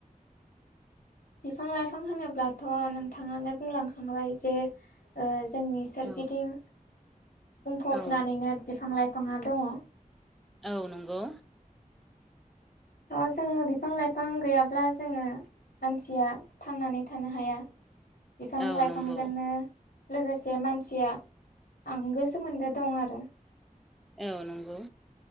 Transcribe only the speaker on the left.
बिफां लाइफां होनोब्लाथ' नोंथाङानो बुंलांखांबाय जे ओ जोंनि सोरगिदिं
बुंफबनानैनो
बिफां लाइफाङा दङ
स' जोङो बिफां लाइफां गैयाब्ला जोङो मानसिया थांनानै थानो हाया बिफां
लाइफांजोंनो
लोगोसे मानसिया आंगो सोमोन्दो दं आरो